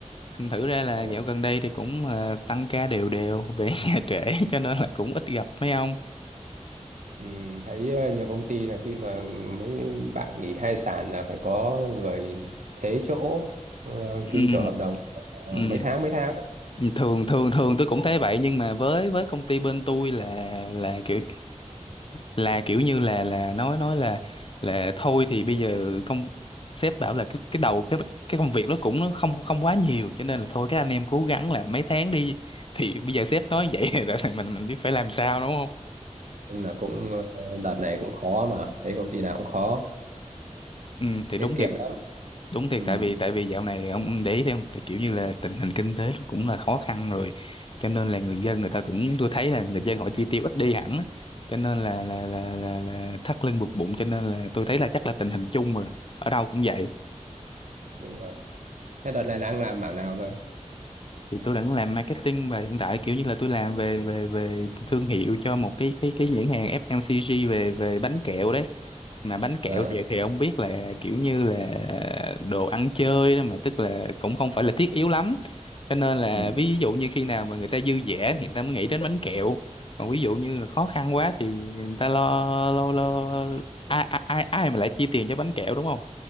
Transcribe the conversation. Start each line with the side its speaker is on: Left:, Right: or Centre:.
Left: thành Thử ra là
Right: Ồ,
Left: dạo gần đây thì cũng ờ, tăng ca đều đều về <laughs> nhà trễ cho nên là cũng ít gặp mấy ông.
Right: ừ, thấy ờ, nhiều công ty là khi mà mấy bạn nghỉ thai sản là phải có người thế chỗ ờ,
Left: Ừ,
Right: ký kiểu hợp đồng ờ,
Left: ừ.
Right: mấy tháng mấy tháng
Left: Thường thường thường tôi cũng thấy vậy nhưng mà với với công ty bên tôi là là kiểu là kiểu như là là nói nói là là thôi thì bây giờ công sếp bảo là cái cái đầu cái cái công việc nó cũng nó không không quá nhiều cho nên là thôi các anh em cố gắng là mấy tháng đi thì bây giờ sếp nói vậy <laughs> là mình mình biết phải làm sao đúng không?
Right: nhưng là cũng ờ, đợt này cũng khó mà thấy công ty nào cũng khó
Left: Ừ thì
Right: tiết
Left: đúng
Right: kiệm
Left: thiệt
Right: lắm
Left: đúng thiệt
Right: ừ,
Left: tại vì tại vì dạo này ông ông để ý thấy không tại kiểu như là tình hình kinh tế nó cũng là khó khăn rồi cho nên là người dân người ta cũng tôi thấy là người dân họ chi tiêu ít đi hẳn á. cho nên là là là là, là thắt lưng buộc bụng cho nên là tôi thấy là chắc là tình hình chung mà ở đâu cũng vậy
Right: đúng rồi thế đợt này đang làm mảng nào rồi
Left: thì tôi đang làm marketing và hiện tại kiểu như là tôi làm về về về thương hiệu cho một cái cái cái nhãn hàng FMCG về về bánh kẹo đấy mà bánh kẹo
Right: à,
Left: thì thì ông biết là kiểu như là đồ ăn chơi đó mà tức là cũng không phải là thiết yếu lắm cho nên là
Right: ừ,
Left: ví dụ như khi nào mà người ta dư dả thì người ta mới nghĩ đến bánh kẹo còn ví dụ như là khó khăn quá thì người ta lo lo lo ai ai ai mà lại chi tiền cho bánh kẹo đúng không